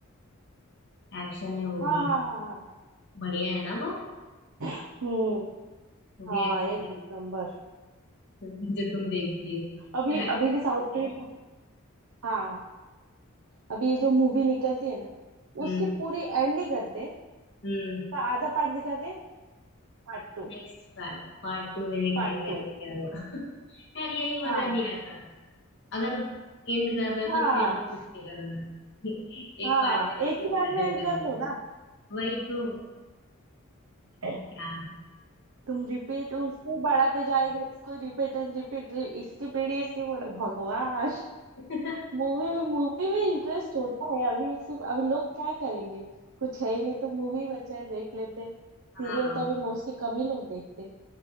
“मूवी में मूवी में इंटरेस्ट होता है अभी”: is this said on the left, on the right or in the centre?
Right